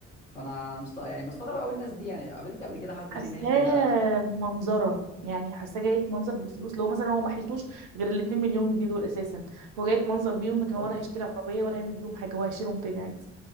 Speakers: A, on the left; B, on the right.
A: فانا انا مست... يعني بستغرب قوي الناس دي يعني قابلتي قبل كده حد
B: حاساه
A: تنح كده
B: منظره يعني حاساه جاية منظر بالفلوس لو مثلا هو ما حلتوش غير ال 2 مليون جنيه دول اساسا هو جاية منظر بيهم لكن
A: طب
B: هو ولا هيشتري عربيه ولا هيعمل بيهم حاجه هو هيشيلهم تاني عادي